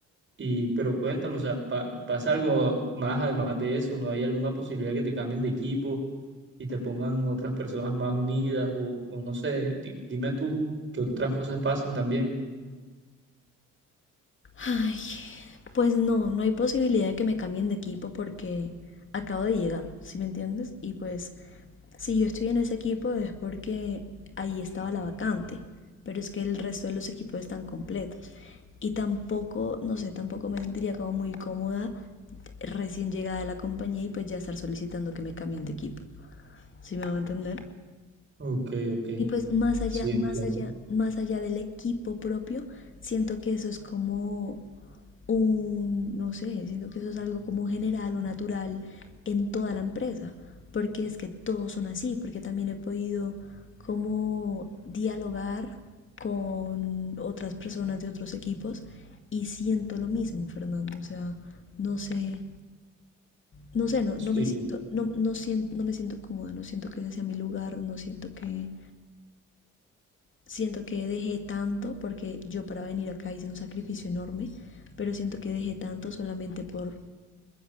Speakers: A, on the right; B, on the left.
A: y pero cuéntame, o sea, pa- ¿pasa algo más además de eso? ¿No hay alguna posibilidad que te cambien de equipo y te pongan otras personas más unidas? O, o no sé, di- dime tú, ¿qué otras cosas pasan también?
B: Ay, pues no, no hay posibilidad de que me cambien de equipo porque acabo de llegar, ¿sí me entiendes? Y pues si yo estoy en ese equipo es porque ahí estaba la vacante, pero es que el resto de los equipos están completos. Y tampoco, no sé, tampoco me sentiría como muy cómoda recién llegada de la compañía y pues ya estar solicitando que me cambien de equipo, ¿sí me va a entender?
A: Ok, ok,
B: Y pues más allá,
A: sí, entiendo.
B: más allá, más allá del equipo propio, siento que eso es como un, no sé, siento que eso es algo como general o natural en toda la empresa, porque es que todos son así, porque también he podido como dialogar con otras personas de otros equipos y siento lo mismo, Fernando, o sea, no sé, no sé, no,
A: Sí,
B: no me siento, no, no siento, no me siento cómoda, no siento que ese sea mi lugar, no siento que, siento que dejé tanto, porque yo para venir acá hice un sacrificio enorme, pero siento que dejé tanto solamente por